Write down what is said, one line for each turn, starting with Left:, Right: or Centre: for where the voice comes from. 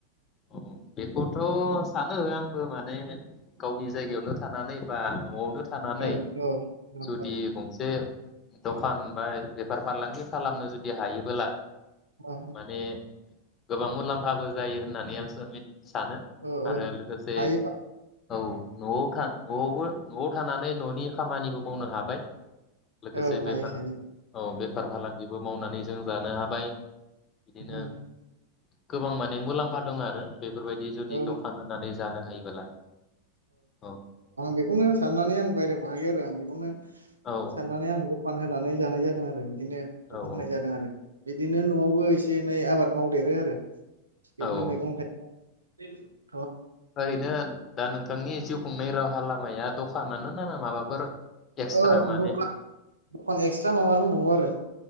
Left: औ बेखौथ' सानो आंबो माने गावनि जायगायावनो थानानै बा न'आवनो। थानानै
Right: औ औ औ
Left: जुदि गंसे। दखान बा बेफार फालांगि। खालामनो <unintelligible> दि हायोबोला
Right: औ
Left: माने गोबां मुलामफाबो जायो होनना <unintelligible> सानो
Right: औ
Left: आरो
Right: औ
Left: लोगोसे
Right: हायोबा
Left: औ न'आव था। न'आवबो। न'आव थानानै न'नि खामानि मावनो हाबाय। लोगोसे
Right: औ हायो
Left: बेफार
Right: हायो
Left: औ बेफार फालांगिबो मावनानै जों जानो हाबाय बिदिनो।
Right: औ
Left: गोबां माने मुलाम्फा। बेफोरबायदि जुदि
Right: <unintelligible>
Left: दखान
Right: आं
Left: होनानै जानो हायोबोला औ
Right: बेखौनो साननानै आं बायरायाव थायो आरो आं बेखौनो
Left: औ
Right: साननानै आं दखान होनानै जानाय जादों। <unintelligible> बिदिनो
Left: औ
Right: दखान
Left: औ
Right: होनाय जादों आरो बे दिनो न'आवबो एसे एनै आबाद मावदेरो आरो। बेदिनो
Left: औ
Right: मैगं थायगं। <unintelligible>
Left: ओरैनो दा नोंथांनि जिउ खुंनाय रावाहा लामाया दखानानो ना माबाफोर एक्सट्रा
Right: औ
Left: माने
Right: दखान दखान एक्सट्रा माबा दंबावो आरो